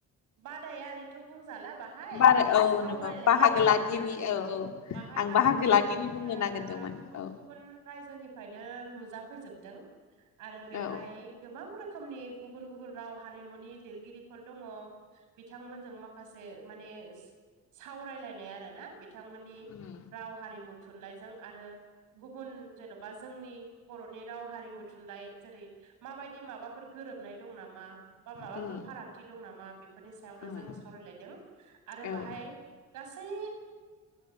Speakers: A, on the right; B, on the left.
A: बादायारिथ' बुंजाला बाहाय
B: बार
A: माने
B: औ
A: सावरायलायनाय
B: नंगौ बाहागो
A: आरोना
B: लागिरि औ औ
A: बाहाय
B: आं
A: बाहागो
B: लागिरि
A: लागगिरिफोरा
B: बुंनो नागिरदोंमोन
A: गुबुन
B: औ
A: गुबुन गुबुन रायजोनिफ्रायनो नुजाफैजोबदों आरो बेहाय
B: औ
A: गोबां रोखोमनि गुबुन गुबुन राव हारिमुनि लिरगिरि दङ बिथांमोनजों माखासे माने सावरायलाय आरोना बिथांमोननि
B: उम
A: राव हारिमु थुनलाइजों आरो गुबुन जेन'बा जोंनि बर'नि राव हारिमु थुनलाइ जेरै माबायदि माबाफोर गोरोबनाय दं नामा? बा माबाफोर
B: उम
A: फारागथि दं नामा बेफोरनि सायावनो
B: उम
A: जों सावरायलायदों आरो
B: औ
A: बाहाय गासै